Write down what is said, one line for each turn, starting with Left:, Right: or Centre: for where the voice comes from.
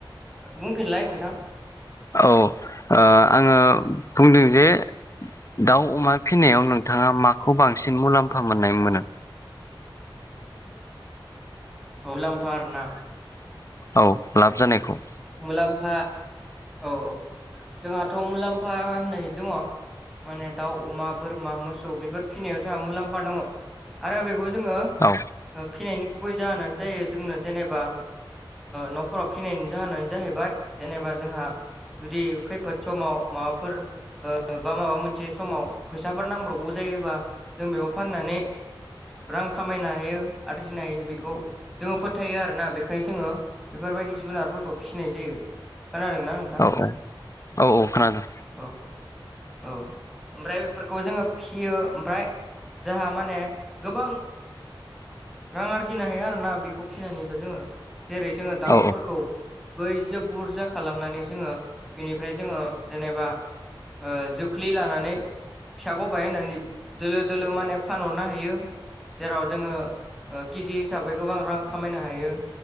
Centre: बुंफिनलाय नोंथां
Left: औ आङो बुंदों जे दाउ अमा फिसिनायाव नोंथाङा माखौ बांसिन मुलाम्फा मोननाय मोनो
Centre: अलामफार ना
Left: औ लाब जानायखौ
Centre: मुलाम्फा औ औ जोंहाथ' मुलाम्फा होननाय दङ माने दाउ अमा बोरमा मोसौ बेफोर फिसिनायाव जोंहा मुलाम्फा दङ आरो बेखौ जोङो
Left: औ
Centre: फिनायनि गुबै जाहोनानो जायो जोंनो जेनेबा न'फोराव फिनायनि जाहोनानो जाहैबाय जेनेबा जोंहा जुदि खैफोद समाव माबाफोर बा माबा मोनसे समाव फैसाफोर नांब्रगौ जायोबा जों बेयाव फाननानै रां खामायनो हायो आरजिनो हायो बेखौ जोङो फोथायो आरोना बेखायनो जोङो बेफोरबायदि जुनारफोरखौ फिसिनाय जायो खोनादों नां
Left: औ औ औ औ खोनादों
Centre: औ औ ओमफ्राय बेफोरखौ जोङो फियो ओमफ्राय जाहा माने गोबां रां आरजिनो हायो आरो ना बेखौ फिसिनानैबो जोङो जेरै जोङो दाउफोरखौ
Left: औ
Centre: बैजों बुरजा खालामनानै जोङो बिनिफ्राय जोङो जेनेबा जोख्लि लानानै फिसाखौबायाइ होननानै दोलो दोलो माने फानहरनो हायो जेराव जोङो केजि हिसाबै गोबां रां खामायनो हायो